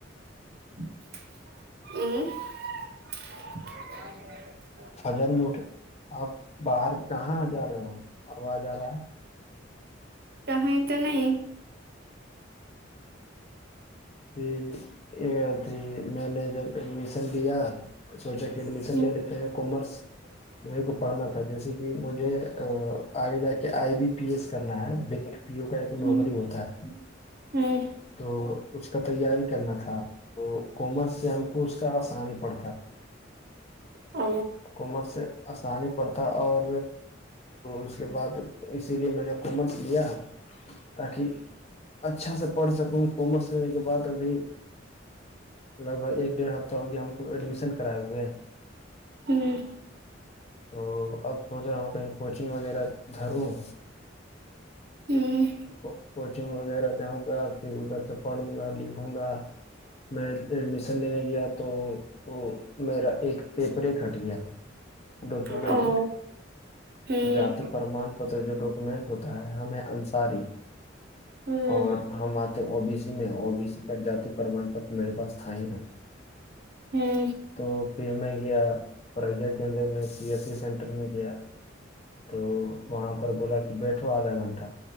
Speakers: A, on the right; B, on the left.
A: ا <unintelligible>
B: فجر میں اٹھ آپ باہر کہاں آ جا رہے ہوو ج رہا ہے
A: کہیں تو نہیں
B: یہھی میں نے جب ایڈمیشن لیا سوچا کہ ایڈمیشن
A: ہ
B: لے لیتے ہیں کامرس میرے کو پڑھنا تھا جیسے کہ مجھے آگے جا کے آئی بی پی ایس کرنا ہے پیو کا ایک
A: ہ
B: نوکری ہوتا ہے
A: ہوں
B: تو اس کا تیاری کرنا تھا تو کامرس سے ہم کو اس کا آسانی پڑتا
A: او
B: کامرس سے آسانی پرڑ تھا اور اس کے بعد اسی لیے میں نے کومرس لیا تاکہ اچھا سے پڑھ سکوں کامرس لینے کے بع ابھی لگ بھگ ایک ڈیڑھ ہفتہ ہو گیا ہم کو ایڈمیشن کرائے ہوئے
A: ہوں
B: تو اب سوچ رہا ہوں کہیں کوچنگ وغیرہ دھروں
A: ہوں
B: تو کوچنگ وغیرہ جاؤں گا پھر ادھر سے پڑھوں گا لکھوں گا میں ایڈمیشن لینے گیا تو وہ میرا ایک پیپر ہی کھٹ گیا تھا ڈاکومنٹ
A: او ہوں
B: جاتی پرمان مطلب جو ڈاکومنٹ ہوتا ہے ہم ہے انصاری
A: ہوں
B: اور ہم تو او بی سی میں او بی سی کا جاتی پرمان پت میرے پاس تھا ہی نہیں
A: ہوں
B: تو پھر میں گیا پریہ کیندر میں سی ایس سی سینٹر میں گیا تو وہاں پر بولا کہ بیٹھو آدھا گھنٹہ